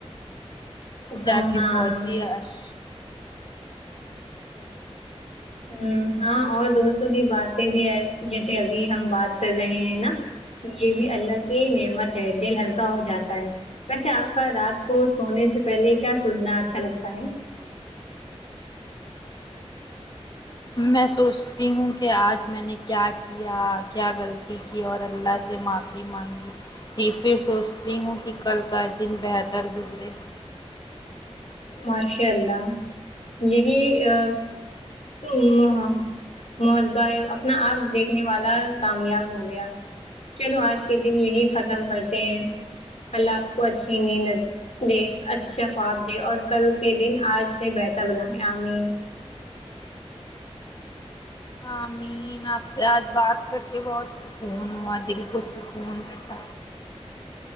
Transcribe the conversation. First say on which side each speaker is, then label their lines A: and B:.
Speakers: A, on the left; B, on the left.
A: جا
B: ہاں
A: کے پہنچی عرش
B: ہ ہاں اور دوستوں کی باتیں بھی ا جیسے ابھی ہم بات کر رہے ہیں نا یہ بھی اللہ کی نعمت ہے دل ہلکا ہو جاتا ہے ویسے آپ کا رات کو سونے سے پہلے کیا سوننا اچھا لگتا ہے
A: میں سوچتی ہوں کہ آج میں نے کیا کیا کیا غلطی کی اور اللہ سے معافی مانگی پھر سوچتی ہوں کہ کل کا دن بہتر گزرے
B: ماشاء اللہ یہی ا تم اہ محاسبہ اپنا آپ دیکھنے والا کامیاب ہو گیا چلو آج کے دن یہی ختم کرتے ہیں اللہ آپ کو اچھی نیند دے اچھا خواب دے اور کل کے دن آج سے بہتر بناے امین
A: امی یں آپ سے آج بات کر کے بہت سکون ہوا دل کو سکون ببیٹھ